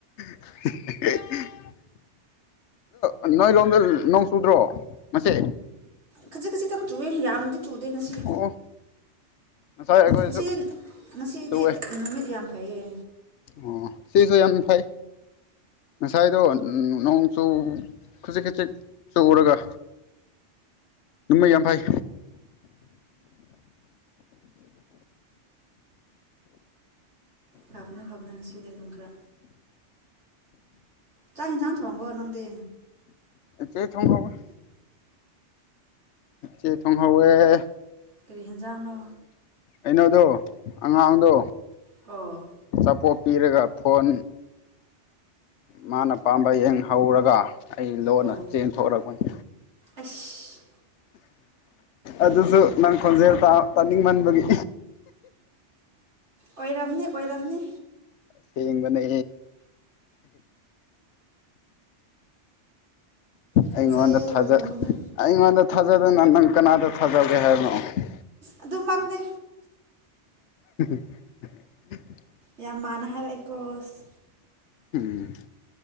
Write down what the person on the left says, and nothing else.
<unintelligible> ꯑ ꯅꯣꯏꯔꯣꯝꯗ ꯅꯣꯡ ꯆꯨꯗ꯭ꯔꯣ ꯃꯁꯦ
ꯑꯣ ꯉꯁꯥꯏ ꯑꯩꯈꯣꯏꯁꯨ
ꯆꯨꯋꯦ
ꯑꯣ ꯁꯤꯁꯨ ꯌꯥꯝ ꯐꯩ ꯉꯁꯥꯏꯗꯣ ꯅꯣꯡꯆꯨ ꯈꯖꯤꯛ ꯈꯖꯤꯛ ꯆꯨꯔꯒ ꯃꯩ ꯌꯥꯝ ꯐꯩ
ꯆꯦ ꯊꯣꯡꯍꯧꯌꯦ ꯎꯆꯦꯛ ꯊꯣꯡꯍꯧꯑꯦ
ꯑꯩꯅꯣꯗ ꯑꯉꯥꯡꯗꯣ
ꯆꯥꯄꯣꯠ ꯄꯤꯔꯒ ꯐꯣꯟ ꯃꯥꯅ ꯄꯥꯝꯕ ꯌꯦꯡ ꯍꯧꯔꯒ ꯑꯩ ꯂꯣꯟꯅ
ꯆꯦꯟꯊꯣꯂꯛꯄꯅꯤ
ꯑꯗꯨꯁꯨ ꯅꯪ ꯈꯣꯟꯖꯦꯜ ꯇꯥꯅꯤꯡꯃꯟꯕꯒꯤ
ꯁꯤꯒꯅꯦ
ꯑꯩꯉꯣꯟꯗ ꯊꯥꯖ
ꯑꯩꯉꯣꯟꯗ ꯊꯥꯖꯗꯅ ꯅꯪ ꯀꯅꯥꯗ ꯊꯥꯖꯒꯦ ꯍꯥꯏꯕꯅꯣ <unintelligible>
<unintelligible>
ꯎꯝ